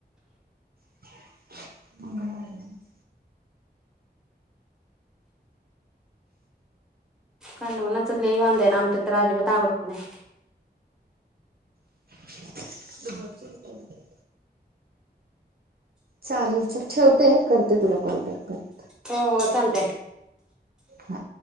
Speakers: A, on the right (about 60°); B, in the centre.
A: <unintelligible>
B: कालवणाच लय वांद हाय आन आमच्यात तर अजीबात आवडत नाही.
A: <inaudible> चालेल चल ठेवते करते तुला कॉल बॅक परत.
B: हो हो चालतंय.
A: हा.